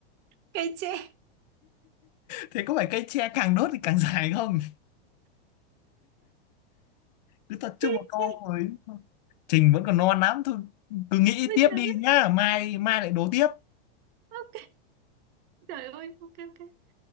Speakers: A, on the right; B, on the left.
A: cây tre <laughs>
B: thế có phải cây tre càng đốt thì càng <laughs> dài không cứ tập trung
A: cây
B: vào câu
A: tre
B: ấy Trình vẫn còn non lắm thôi cứ nghĩ
A: ôi
B: tiếp
A: trời
B: đi
A: đất
B: nhá mai mai lại đố tiếp
A: ok trời ơi ok ok